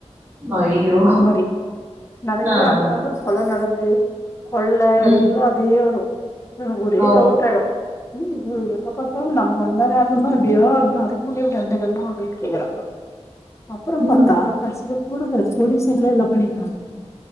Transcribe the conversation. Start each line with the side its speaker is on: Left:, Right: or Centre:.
Right: ஐயய்யோ!
Left: அந்த மாரி நெறய
Right: ஆ, ஆ.
Left: அங்கங்க கொல நடந்து கொள்ள
Right: ம்.
Left: எல்லா தே வரு எனக் ஒரே
Right: ஓ.
Left: டவ்ட்டாயிடு மூஞ்சிய பாரு எப்போ பாத்தாலு நம்ப வந்த நேரமே இப்டியா இல்ல அதுக்கு முன்னாடி இப்படி வந்திருமா அப்டின் கேக்கறாங்க அப்பற
Right: ம்,
Left: பாத்தா கடசில குடுகல பொடிசுங்களா எல்லா பண்ணிக்கிறாங்கோ